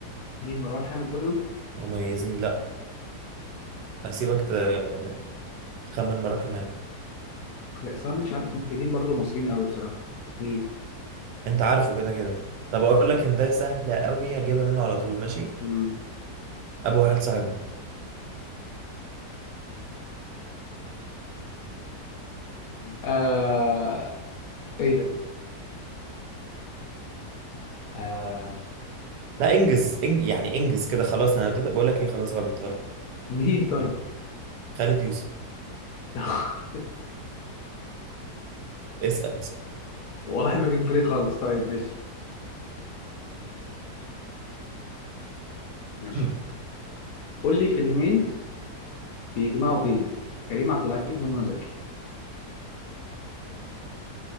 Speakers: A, on the left (about 70°); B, on the right (about 80°).
A: مين مروان حامد برضه
B: مميزين لأ هسيبك ت- تخمن مرة كمان
A: مخرج اصلا مش عارف مخرجين برضه مصريين قوي بصراحه مين
B: أنت عارفه كده كده طب أقول لك أنت سهلة أوي هجيبها منه على طول ماشي
A: مم.
B: أبو واحد صاحبنا
A: آه... ايه ده آه
B: لا إنجز إنج... يعني إنجز كده خلاص أنا بدأت بقول لك إيه خلاص غلط غلط
A: مين طيب؟
B: غلط خالد يوسف
A: <laughs>
B: اسأل اسأل
A: والله ما جيب بالي خالص طيب ماشي ماشي
B: <clears throat>
A: قول لي فيلمين بيجمعوا بين كريم عبد العزيز ومنى زكي